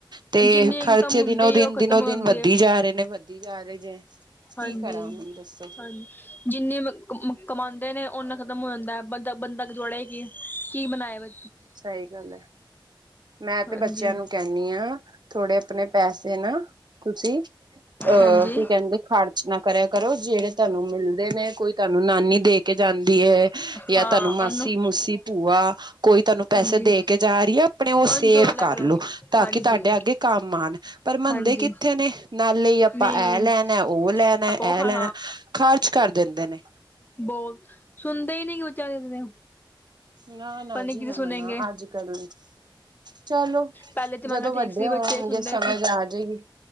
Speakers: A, on the right (about 55°); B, on the left (about 20°).
A: ਤੇ
B: ਜਿੰਨੀ
A: ਖਰਚੇ
B: ਇਨਕਮ ਹੁੰਦੀ
A: ਦਿਨੋ-ਦਿਨ,
B: ਹੈ ਉਹ
A: ਦਿਨੋ-ਦਿਨ
B: ਖ਼ਤਮ ਹੁੰਦੀ
A: ਵੱਧਦੀ
B: ਹੈ
A: ਜਾ ਰਹੇ ਨੇ, ਵੱਧਦੀ ਜਾ ਰਹੇ ਨੇ। ਕੀ
B: ਹਾਂਜੀ,
A: ਕਰਾਂ ਮੈਨੂੰ ਦੱਸ?
B: ਹਾਂਜੀ ਜਿੰਨੇ ਕਮਾਂਦੇ ਨੇ ਉਹਨਾ ਖ਼ਤਮ ਹੋ ਜਾਂਦਾ ਹੈ ਬੰਦਾ। ਬੰਦਾ ਜੋੜੇ ਕਿ ਕੀ ਬਣਾਇਆ ਬਈ।
A: ਸਹੀ ਗੱਲ ਹੈ। ਮੈਂ
B: ਹਾਂਜੀ,
A: ਤੇ ਬੱਚਿਆਂ ਨੂੰ ਕਹਿਣੀ ਹਾਂ ਥੋੜੇ ਆਪਣੇ ਪੈਸੇ ਨਾ ਤੁਸੀਂ। ਅਹ
B: ਹਾਂਜੀ
A: ਕੀ ਕਹਿੰਦੇ ਖ਼ਰਚ ਨਾ ਕਰਿਆ ਕਰੋ ਜਿਹੜੇ ਤੁਹਾਨੂੰ ਮਿਲਦੇ ਨੇ ਕੋਈ ਤੁਹਾਨੂੰ ਨਾਨੀ ਦੇ ਕੇ। ਕੇ ਜਾਂਦੀ ਹੈ ਜਾਂ
B: ਹਾਂ
A: ਤੁਹਾਨੂੰ ਮਾਸੀ,
B: ਉਹਨੂੰ
A: ਮੂਸੀ, ਭੂਆ ਕੋਈ ਤੁਹਾਨੂੰ। ਪੈਸੇ
B: ਹਾਂਜੀ
A: ਦੇ ਕੇ ਜਾ ਰਹੀ ਹੈ ਆਪਣੇ ਉਹ
B: ਉਹਨੂੰ
A: ਸੇਵ
B: ਜੋੜ ਲਿਆ
A: ਕਰ
B: ਕਰੋ
A: ਲੋ ਤਾਂ
B: ਹਾਂਜੀ।
A: ਕਿ ਤੁਹਾਡੇ ਅੱਗੇ ਕੰਮ ਆਉਣ ਪਰ ਮਨਦੇ ਮੰਨਦੇ
B: ਹਾਂਜੀ
A: ਕਿੱਥੇ ਨੇ ਨਾਲੇ ਆਪਾਂ
B: ਨਹੀਂ
A: ਇਹ ਲੈਣਾ, ਉਹ ਲੈਣਾ,
B: ਆਪੋ
A: ਇਹ
B: ਹਾਂ
A: ਲੈਣਾ ਖ਼ਰਚ ਕਰ ਦਿੰਦੇ ਨੇ।
B: ਬਹੁਤ ਸੁਣਦੇ ਹੀ ਨਹੀਂ ਬੱਚੇ ਅੱਜ ਦੇ
A: ਨਾ ਨਾ
B: ਪਰ ਨਹੀਂ
A: ਜੀ
B: ਕਿਤੇ
A: ਨਾ
B: ਸੁਣੇਗੇ
A: ਨਾ ਅੱਜ ਕੱਲ। ਚਲੋ
B: ਪਹਿਲੇ ਜ਼ਮਾਨਾ
A: ਜਦੋਂ ਵੱਡੇ
B: ਠੀਕ ਸੀ
A: ਹੋਣਗੇ
B: ਬੱਚੇ ਸੁਣਦੇ
A: ਸਮਝ
B: ਸੀ
A: ਆ ਜਾਏਗੀ।